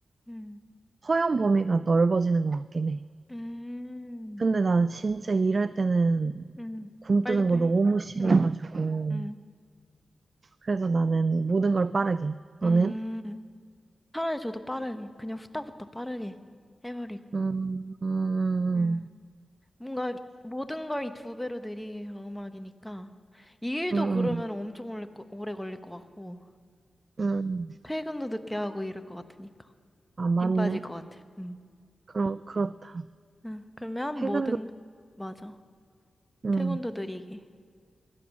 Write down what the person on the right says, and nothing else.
허용 범위가 넓어지는 것 같긴 해.
근데 난 진짜 일할 때는
굶뜨는
거 너무 싫어가지고.
그래서 나는 모든 걸 빠르게. 너는?
음, 음,
음,
음.
아, 맞네.
그러, 그렇다.
퇴근도,
음.